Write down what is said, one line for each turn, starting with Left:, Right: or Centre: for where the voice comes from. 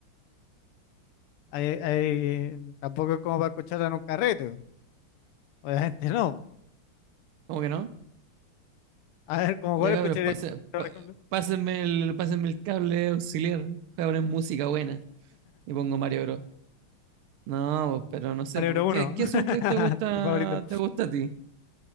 Left: Hay, hay- Tampoco es como para escucharla en un carrete. po. Obviamente no.
Right: como que no.
Left: A ver, ¿cómo cuál
Right: Ya cabros,
Left: escucharía,
Right: pase-
Left: por
Right: pa-
Left: ejemplo?
Right: pásenme el, pásenme el cable auxiliar, voy a poner música buena y pongo Mario Bros. No, pues, pero no sé,
Left: Mario
Right: pues,
Left: Bros
Right: ¿qué,
Left: 1,
Right: qué
Left: <laughs>
Right: soundtrack te gusta,
Left: tu favorito.
Right: te gusta a ti?